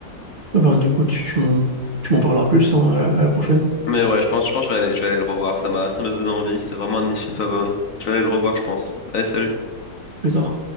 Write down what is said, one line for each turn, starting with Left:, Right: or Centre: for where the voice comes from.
Right: Ouais, ben, du coup, tu, tu m'en, tu m'en parleras plus hein, à la à la prochaine,
Left: Mais ouais, je pense, je pense que je vais aller, je vais aller le revoir. Ça m'a, ça m'a donné envie. C'est vraiment un de mes films favoris. Je vais aller le revoir, je pense. Allez, salut.
Right: plus tard.